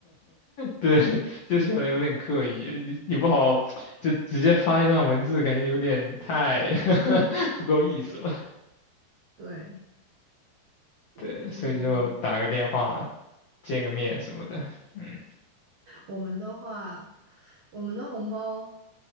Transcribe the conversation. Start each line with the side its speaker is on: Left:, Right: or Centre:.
Left: 对，就显得有点刻意，你你不好就直接发一段文字，感觉有点太 <laughs> 不够意思了。
Right: 对，嗯，
Left: 对，所以就打个电话见个面什么的，嗯。
Right: 我们的话，我们的红包